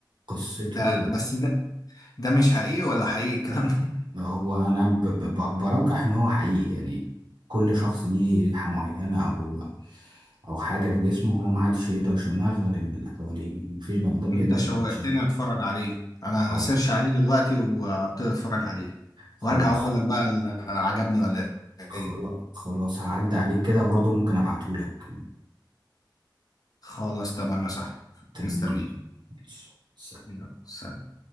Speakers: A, on the right (about 70°); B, on the left (about 50°).
A: فقصته
B: ده ده- بس ده ده مش حقيقي ولا حقيقي الكلام ده <laughs>
A: هو أنا ب- ب- ب- برجح إن هو حقيقي يعني كل شخص ليه ريحة معينة أو أو حاجة في جسمه هو محدش يقدر يشمها غير اللي حواليه مفيش بني آدم
B: انت
A: يقدر
B: شوقتني
A: يشم
B: اتفرج عليه انا
A: اه
B: سيرش عليه دلوقتي وابتدي اتفرج عليه
A: خلاص
B: وارجع اقول لك بقى ال- عجبني ولا
A: خلاص
B: ايه
A: خلاص هعدي عليك كده برضو ممكن ابعتهولك
B: خلاص تمام يا صاحبي
A: تمام
B: مستنيك
A: ماشي
B: يلا، سلام